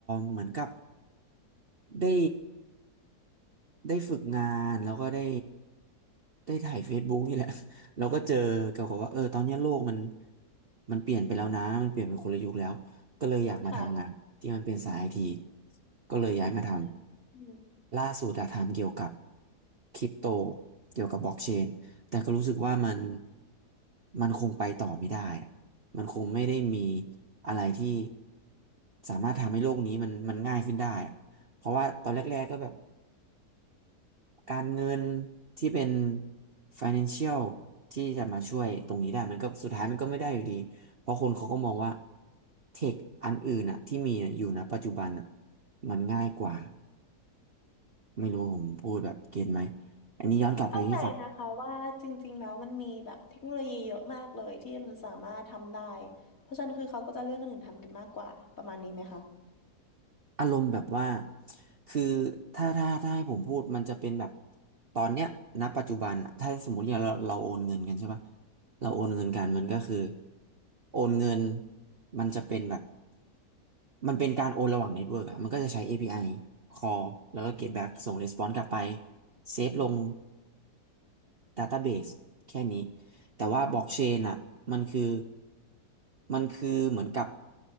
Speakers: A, on the right; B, on the left.
A: เหมือนกับได้ได้ฝึกงานแล้วก็ได้ได้ถ่าย Facebook นี่แหละ <laughs> เราก็เจอเกี่ยวกับว่าเออตอนเนี้ยโลกมันมันเปลี่ยนไปแล้วนะมันเปลี่ยนไปคนละยุคแล้ว ก็เลยอยากมาทำงานที่มันเป็นสายไอที
B: ค่ะ
A: ก็เลยย้ายมาท
B: อืมอืม
A: ำล่าสุดอะทำเกี่ยวกับคริปโตเกี่ยวกับบล็อกเชนแต่ก็รู้สึกว่ามันมันคงไปต่อไม่ได้อะมันคงไม่ได้มีอะไรที่สามารถทำให้โลกนี้มันมันง่ายขึ้นได้อะเพราะว่าตอนแรกๆก็แบบ การเงินที่เป็น financial ที่จะมาช่วยตรงนี้ได้มันก็สุดท้ายมันก็ไม่ได้อยู่ดีเพราะคนเขาก็มองว่าเทคอันอื่นอะที่มีอะอยู่นะปัจจุบันอะมันง่ายกว่าไม่รู้ผมพูดแบบเก็ตไหมอันนี้ย้อนกลับไปที่ฝั่ง
B: เข้าใจนะคะว่าจริงๆแล้วมันมีแบบเทคโนโลยีเยอะมากเลยที่มันสามารถทำได้เพราะฉะนั้นคือเขาก็จะเลือกคนอื่นทำกันมากกว่าประมาณนี้ไหมคะ
A: อารมณ์แบบว่าคือถ้าถ้าถ้าให้ผมพูดมันจะเป็นแบบตอนเนี้ยณปัจจุบันอะถ้าสมมติอย่างเราเราโอนเงินกันใช่ปะเราโอนเงินกันมันก็คือโอนเงินมันจะเป็นแบบ มันเป็นการโอนระหว่างเน็ตเวิร์กอะมันก็จะใช้ API call แล้วก็ get back ส่ง response กลับไปเซฟลง database แค่นี้ แต่ว่าบล็อกเชนอะมันคือมันคือเหมือนกับ